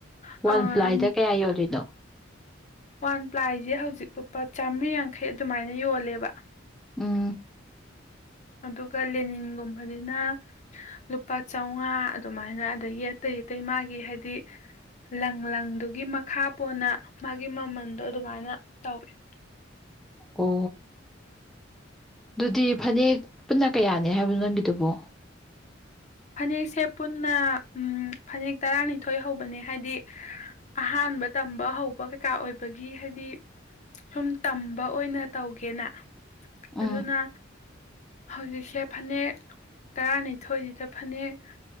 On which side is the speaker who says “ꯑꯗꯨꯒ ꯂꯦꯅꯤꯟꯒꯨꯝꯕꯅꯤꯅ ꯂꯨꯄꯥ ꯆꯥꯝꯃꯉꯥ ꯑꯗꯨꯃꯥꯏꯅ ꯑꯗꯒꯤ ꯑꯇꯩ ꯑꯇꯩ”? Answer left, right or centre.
Left